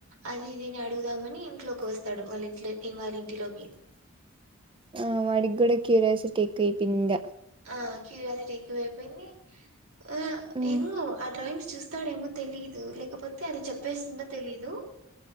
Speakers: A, on the right; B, on the right.
A: అది దీని అడుగుదామని ఇంట్లోకి వస్తాడు వాళ్ళ ఇంట్లో వాళ్ళ ఇంటిలోకి.
B: ఆ వడికి కూడా క్యూరియాసిటీకు ఎక్కువ ఆపోయింది ఇంకా
A: ఆ క్యూరియాసిటి ఎక్కువ ఐపోయింది ఆ
B: ఉమ్
A: ఎంగ ఆ డ్రోయింగ్ చూస్తాడేమో తెలిదు లేకపోతే అది చెప్పేస్తుందో తెలిదు